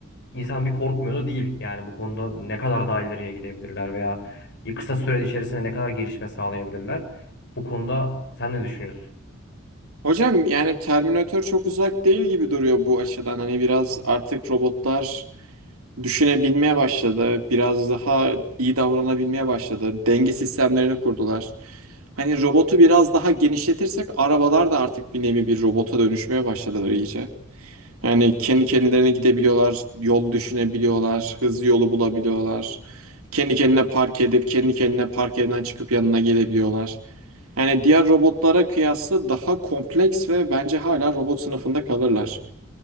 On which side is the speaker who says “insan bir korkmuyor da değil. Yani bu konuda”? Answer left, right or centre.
Left